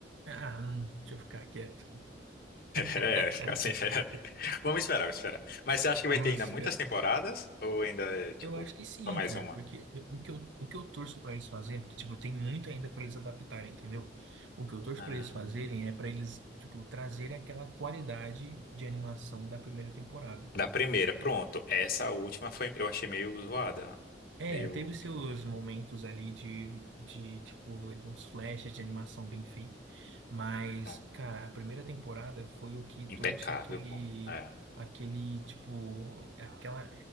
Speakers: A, on the right; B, on the left.
A: Ah, hum, deixa eu ficar quieto. <laughs>
B: É, assim, <laughs> vamos esperar, vamos esperar. Mas você acha que vai
A: Vamos
B: ter ainda
A: esperar.
B: muitas temporadas? Ou ainda, é, tipo,
A: Eu acho que sim,
B: só mais
A: cara,
B: uma?
A: porque o que eu, o que eu torço para eles fazerem, porque, tipo, tem muito ainda para eles adaptarem, entendeu? O que eu torço
B: Ah,
A: para eles fazerem é para eles, tipo, trazerem aquela qualidade de animação da primeira temporada.
B: da primeira, pronto. Essa última foi, eu achei meio zoada.
A: É,
B: Meio,
A: teve seus momentos ali de, de tipo, uns flashes de animação bem feita, mas,
B: pronto,
A: cara, a primeira temporada foi o que
B: impecável,
A: trouxe aquele,
B: pô. É,
A: aquele, tipo, aquela,